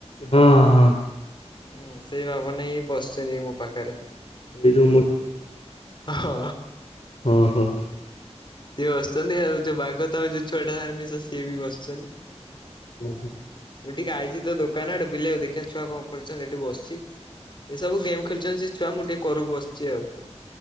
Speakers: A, on the left; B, on the left.
A: ହଁ ହଁ ହଁ।
B: ହୁଁ ସେଇ ବାବନ ଭାଇ ହିଁ ବସିଛନ୍ତି ମୋ ପାଖରେ।
A: ଏଇ ଯୋଉ
B: ହଁ।
A: ଓ ହୋ।
B: ସିଏ ବସିଛନ୍ତି ଆଉ ଯୋଉ ବାଘ ତମେ ଯୋଉ ଛୁଆଟା ସାଙ୍ଗେ ମିଶ ସିଏ ବି ବସିଛନ୍ତି।
A: ହୁଁ ହୁଁ।
B: ମୁଁ ଟିକେ ଆଇଚି ତ ଦୋକାନ ଆଡେ ବୁଲିବାକୁ ଦେଖିବା ଛୁଆ କଣ କରୁଛନ୍ତି ଏଠି ବସିଛି। ଏସବୁ ଗେମ୍ ଖେଳୁଛନ୍ତି ସେ ଛୁଆ ମୁଁ ଟିକେ କରକୁ ବସିଛି ଆଉ।